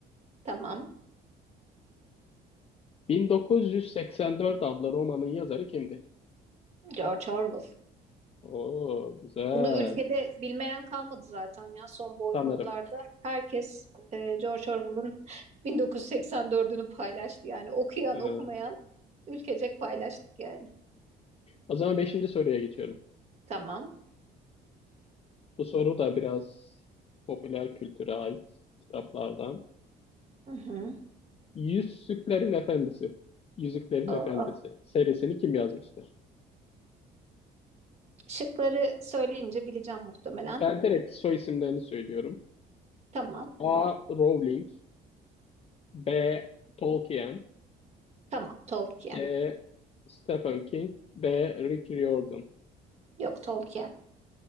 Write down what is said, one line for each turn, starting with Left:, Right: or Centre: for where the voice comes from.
Right: <laughs> Tamam.
Left: 1984 adlı romanın yazarı kimdir?
Right: George Orwell.
Left: Oo, güzel.
Right: Bunu ülkede bilmeyen kalmadı zaten ya son boykotlarda.
Left: Sanırım. <laughs>
Right: Herkes e, George Orwell'ın 1984'ünü paylaştı yani. Okuyan
Left: Ee,
Right: okumayan ülkecek paylaştık yani.
Left: o zaman beşinci soruya geçiyorum.
Right: Tamam.
Left: Bu soru da biraz popüler kültüre ait kitaplardan.
Right: Hı hı.
Left: Yüzüklerin Efendisi. Yüzüklerin
Right: Aa,
Left: Efendisi serisini kim yazmıştır?
Right: Şıkları söyleyince bileceğim muhtemelen.
Left: Ben direkt soy isimlerini söylüyorum.
Right: Tamam.
Left: A. Rowling, B. Tolkien,
Right: Tamam. Tolkien.
Left: C. Stephen King, D. Rick Riordan.
Right: Yok Tolkien.